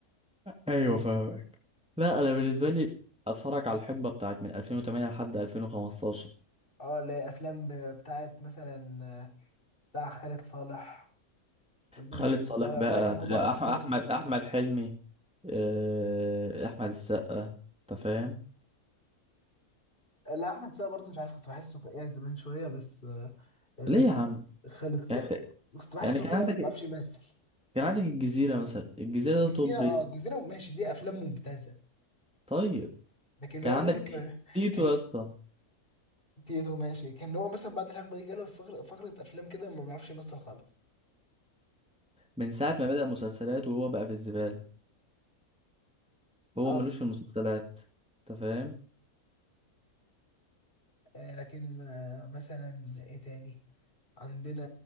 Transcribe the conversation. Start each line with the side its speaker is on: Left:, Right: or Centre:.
Centre: ايوه فاهم لا انا بالنسبة لي اتفرج على الحقبة بتاعت من 2008 لحد 2015
Left: اه اللي هي افلام بتاعت مثلا آه، بتاع خالد صالح والناس
Centre: خالد
Left: دي
Centre: صالح
Left: اللي هو
Centre: بقى
Left: الريس عمر
Centre: أح-
Left: الريس
Centre: احمد احمد حلمي آه، احمد السقا انت فاهم
Left: لا احمد السقا برضه مش عارف كنت بحسه فقيع زمان شويه بس يعني
Centre: ليه
Left: مثلا
Centre: يا عم
Left: خالد صقر
Centre: يعني انت
Left: كنت بحسه
Centre: يعني كان
Left: كده
Centre: عندك
Left: ما بيعرفش يمثل
Centre: كان عندك الجزيرة مثلا الجزيرة
Left: الجزيرة
Centre: ده توب
Left: اه
Centre: ريتد
Left: الجزيرة ماشي دي أفلام ممتازة
Centre: طيب
Left: لكن
Centre: كان
Left: هو
Centre: عندك
Left: مثلا كان
Centre: تيتو
Left: كان في
Centre: يا اسطى
Left: تيتو ماشي كان هو مثلا بعد الحقبة دي جاله فقر- فقرة أفلام كده ما بيعرفش يمثل خالص
Centre: من ساعة ما بدأ مسلسلات وهو بقى في الزبالة هو
Left: اه
Centre: ملوش في المسلسلات انت فاهم
Left: آه، لكن آه، مثلا ايه تاني عندنا